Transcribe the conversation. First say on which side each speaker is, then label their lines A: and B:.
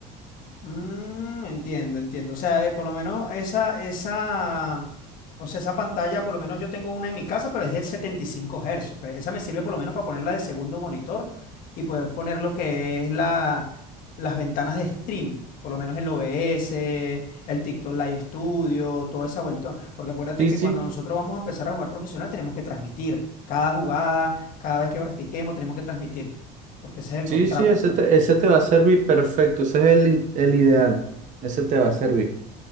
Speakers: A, on the left; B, on the right.
A: Mm, entiendo, entiendo. O sea, eh, por lo menos esa, esa, o sea, esa pantalla, por lo menos yo tengo una en mi casa, pero es de 75 Hz. pues, esa me sirve por lo menos para ponerla de segundo monitor y poder poner lo que es la, las ventanas de stream, por lo menos el OBS, el TikTok Live Studio, toda esa vuelta. Porque acuérdate
B: Sí,
A: que
B: sí.
A: cuando nosotros vamos a empezar a jugar profesional, tenemos que transmitir cada jugada, cada vez que practiquemos, tenemos que transmitir, porque ese es el
B: Sí,
A: contrato,
B: sí, ese
A: pues.
B: te, ese te va a servir perfecto, ese es el, in- el ideal, ese te va a servir.